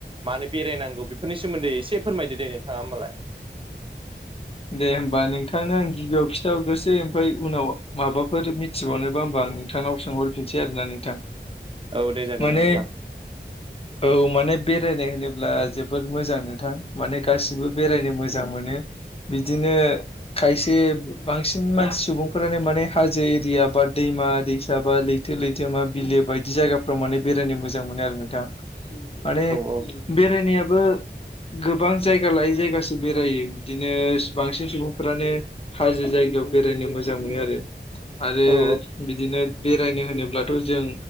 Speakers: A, on the right; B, on the left.
A: मानो बेरायनांगौ बेफोरनि सोमोन्दै एसे‌ फोरमायदो दे नोंथाङा होमबालाय।
B: दे होमबा नोंथांनो आं गिबियाव खिथाहरग्रोसै ओमफ्राय उनाव माबाफोर मिथिबावनोबा। बा आं नोंथांनाव सोंहरफिनसै आरो ना नोंथां?
A: औ दे जागोन
B: माने
A: दे नोंथां।
B: औ माने बेरायनाय होनोब्ला जोबोद मोजां नोंथां माने गासिबो बेरायनो मो। मोजां मोनो बिदिनो। खायसे बांसिन मानसि सुबुंफोरानो माने हाजो एरिया बा दैमा-दैसा बा दै। थो लैथोमा, बिलो बायदि जायगाफ्राव माने बेरायनो मोजां मोनो आरो नोंथां। माने
A: औ
B: बेरायनायाबो। गोबां जायगा लायै जायगासो बेरायो बिदिनो। नो सो बांसिन सुबुंफोरानो हाजो जायगायाव बेरायनो मोजां मोनो आरो। आरो
A: औ
B: बिदिनो बेरायनो होनोब्लाथ' जों।